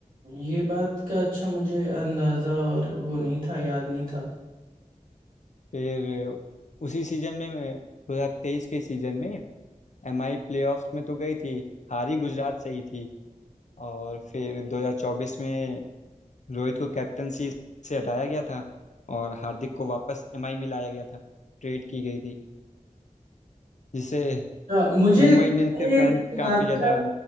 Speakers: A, on the right; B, on the left.
A: ये बात का अच्छा मुझे अंदाजा और वो नहीं था याद नहीं था
B: फिर उसी सीजन में मैं- 2023 के सीजन में एमआई प्लेऑफ्स में तो गई थी हारी गुजरात से ही थी और फिर 2024 में रोहित को कैप्टनसी से हटाया गया था और हार्दिक को वापस एमआई में लाया गया था ट्रेड की गई थी जिससे
A: अ, मुझे
B: मुंबई इंडियंस के
A: ज्यादातर
B: फैंस काफ़ी ज़्यादा